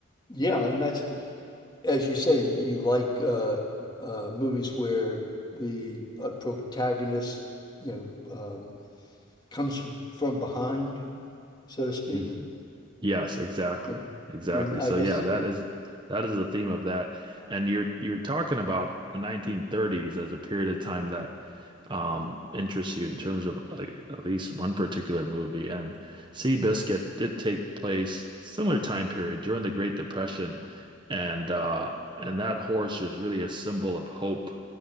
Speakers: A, on the left; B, on the right.
A: yeah, and that's as you say, you like uh, uh, movies where the uh, protagonist, you know, um, comes from, from behind, so to speak,
B: <laughs> Yes, exactly.
A: and
B: Exactly.
A: and I
B: So
A: guess
B: yeah, that is that is the theme of that. And you're you're talking about the 1930s as a period of time that um interests you in terms of like, at least one particular movie. And Seabiscuit did take place similar time period during the Great Depression. And uh and that horse was really a symbol of hope